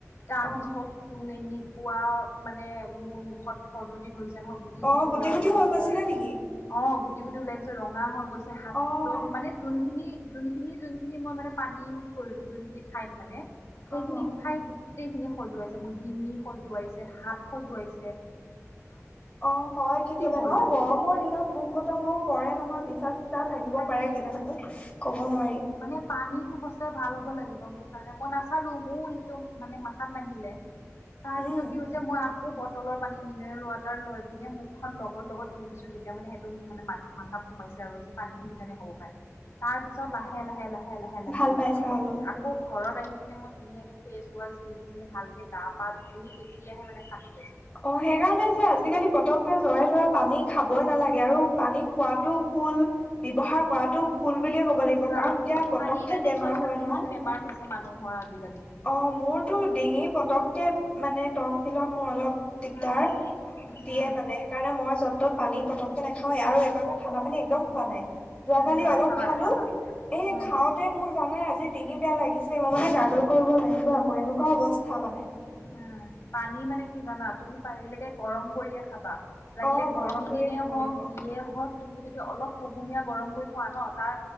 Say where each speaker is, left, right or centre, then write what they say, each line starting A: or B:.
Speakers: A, on the left (about 60°); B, on the left (about 20°).
A: তাৰ
B: অ
A: পিছত তোৰ এনেকুৱা মানে মোৰ মুখত সজতি ধৰিছিল নহক গুটি
B: অ
A: গুটি ওলাই গৈছে
B: হৈ গৈছিলে নেকি
A: অ গু গুটি গুটি ওলাই গৈছে ৰঙা হৈ গৈছে হাত
B: অ',
A: যত মানে যোনখিনি যোনখিনি যোনখিনি মই মানে পানী ইউজ কৰিলো যোনখিনি ঠাইত মানে
B: অ',
A: সেইখিনি ঠাইত গোটেইখিনি সজুৱাইছে মোৰ ডিঙি সজুৱাইছে হাত সজুৱাইছে
B: অ হয় কেতিয়াবা
A: হ'ল
B: নহ গৰমৰ দিনত পোক পতংগও পৰে নহয় পিচা চিচাও থাকিব
A: তাকে
B: পাৰে কেনেবাকৈ কব নোৱাৰি
A: মানে পানীতটো সঁচাই ভাল হ'ব লাগে গম পাইছাানে মই নাচালো ময় এইটো মানে মাথাত নাহিলে তাৰ
B: উম,
A: পিছত কি হৈছে মই আকৌ বটলৰ পানী মিনাৰেল ৱাটাৰ লৈ পিনে মুখখন লগৰ লগত ধুই দিছো যেতিয়া মানে সেইটো মান মা মাাত সোমাইছে আৰু পানী খিনি কাৰণে হ'ব পাই তাৰ পিছত লাহে লাহে লাহে লাহে লাহে লাহে
B: ভাল
A: লাহে
B: পাইছা
A: অল কমছে
B: অলপ।
A: আকৌ ঘৰত আহি পিনে মই ধুনীয়াকে ফেচ ছোৱাল দি পিনে ভালকে গা পাত ধুই কেতিয়াহে মানে খান্দি
B: অ সেই কাৰণে যে আজিকালি পতককে জৰে তৰে পানী খাব নালাগে আৰু পানী খোৱাাতটো ভুল ব্যৱহাৰ কৰাতো ফুল বুলিয়ে ক'ব
A: সঁচা
B: লাগিব কাৰণ এতিয়া পতকে
A: পানীৰ কাৰণে
B: বেমাৰ
A: চোৱাচোন
B: হয়
A: কিমান
B: ন
A: বেমাৰ হৈছে মানুহৰ আজি
B: অ মোৰতো ডিঙি পতককে মানে তটনচিলৰ মোৰ অলপ দিগদাৰ
A: উম
B: দিয়ে
A: উম
B: মানে সেইকাৰণে মই য'ত ত'ত পানী পতকে নাখাওেই আৰু এবাৰ মই ঠাণ্ডা পানী একদম খোৱা নাই যোৱাকালি
A: উম নাখাবা
B: অলপ খালো
A: নাখাবা
B: এই
A: উম।
B: খাওঁতে মোৰ জানাই আজি ডিঙি বেয়া লাগিছে মই মানে গাগল কৰিব লাগিব আকৌ এনেকুৱা অৱস্থা মানে
A: উম পানী মানে কি জানা তুমি পাৰিলেকে গৰম কৰিয়ে খাবা লাগিলে
B: অ
A: গৰম
B: কৰিয়ে
A: দিনে
B: খাব
A: হওঁক
B: লাগিব
A: যিয়ে হওঁক তুমি যদি অলপ পুহুমীয়া গৰম কৰি খোৱা ন তাৰ